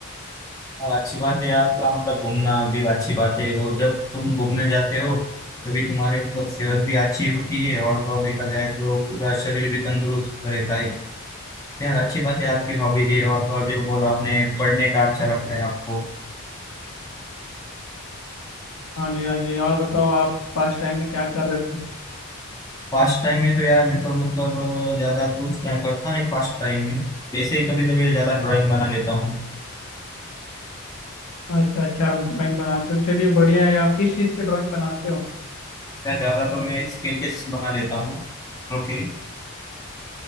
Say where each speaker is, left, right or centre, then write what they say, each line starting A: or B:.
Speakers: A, on the left; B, on the left.
A: यार अच्छी बात है आपका मतलब घूमना भी अच्छी बात है वो जब तुम घूमने जाते हो तभी तुम्हारी मतलब सेहत भी अच्छी होती है और तो और देखा जाए तो पूरा शरीर भी तंदुरुस्त रहता है यार अच्छी बात है आपकी हॉबी है और तो और जो बोला आपने पढ़ने का अच्छा लगता है आपको
B: हाँ जी हाँ जी और बताओ आप पास टाइम में क्या कर रहे थे
A: फास्ट टाइम में तो यार मैं तो मतलब अ, ज्यादा तो कुछ मैं करता नहीं फास्ट टाइम में वैसे ही कभी कभी ज्यादा ड्राइंग बना लेता हूँ
B: अच्छा अच्छा आप ड्राइंग बनाते हो चलिए बढ़िया है आप किस चीज़ की ड्राइंग बनाते हो
A: या ज्यादा तो मैं स्केचेस बना लेता हूँ ओके